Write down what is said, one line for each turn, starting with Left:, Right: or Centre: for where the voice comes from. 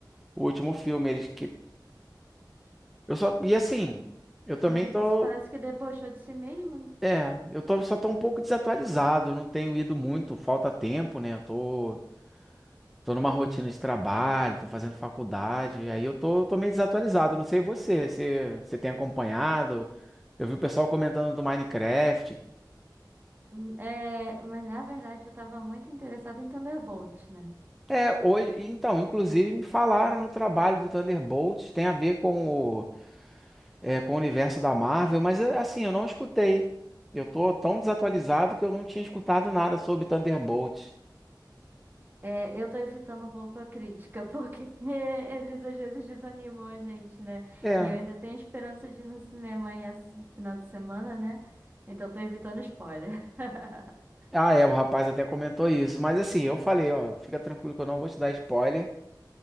Centre: o último filme. Eles que. Eu só. E assim, eu também
Right: Matrix
Centre: tô.
Right: parece que debochou de si mesmo, né?
Centre: É, eu tô, só tô um pouco desatualizado, eu não tenho ido muito, falta tempo, né? Eu tô, tô numa rotina de trabalho, tô fazendo faculdade, aí eu tô, tô meio desatualizado, não sei você, você, você tem acompanhado? Eu vi o pessoal comentando do Minecraft,
Right: Hum, É, mas na verdade eu tava muito interessada em Thunderbolt, né?
Centre: É, hoje, então, inclusive me falaram no trabalho do Thunderbolts, tem a ver com o, é, com o universo da Marvel, mas é, assim, eu não escutei. Eu tô tão desatualizado que eu não tinha escutado nada sobre Thunderbolts.
Right: É, eu tô evitando um pouco a crítica, porque <laughs> eles às vezes desanimam a gente, né?
Centre: É.
Right: E eu ainda tenho esperança de ir no cinema aí esse final de semana, né? Então eu tô evitando spoiler. <laughs>
Centre: Ah, é, o rapaz até comentou isso, mas assim, eu falei, ó, fica tranquilo que eu não vou te dar spoiler,